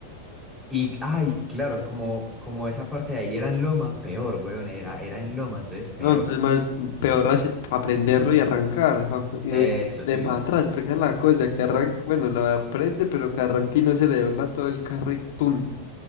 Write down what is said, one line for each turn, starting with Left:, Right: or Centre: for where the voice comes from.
Centre: Y, ay, claro, como, como esa parte de ahí era en loma, peor, weón, era, era en loma, entonces peor.
Left: No, entonces más peor así aprenderlo y arrancar, pa, y
Centre: Eso
Left: no ir de
Centre: sí.
Left: para atrás, porque es la cosa que arranca, bueno, lo aprende, pero que arranque y no se le devuelva todo el carro y tun.